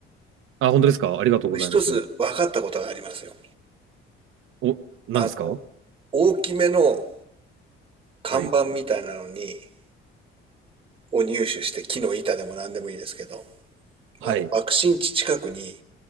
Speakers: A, on the right; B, on the right.
A: あ、本当ですかありがとうございます。
B: 僕一つ分かったことがありますよ。
A: お、何ですか
B: あの、大きめの看板みたいなのに、
A: はい。
B: を入手して、木の板でも何でもいいですけど、
A: はい。
B: あの、爆心地近くに、